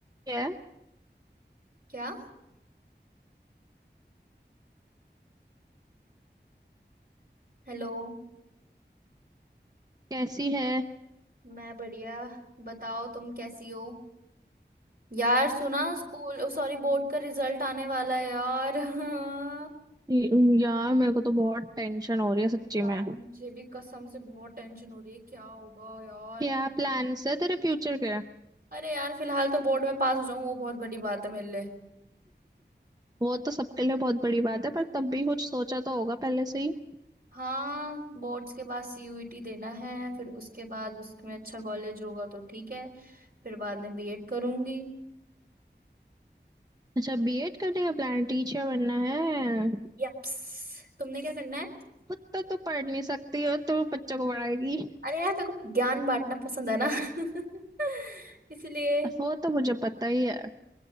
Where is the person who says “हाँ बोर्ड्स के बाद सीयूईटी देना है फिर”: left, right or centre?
Right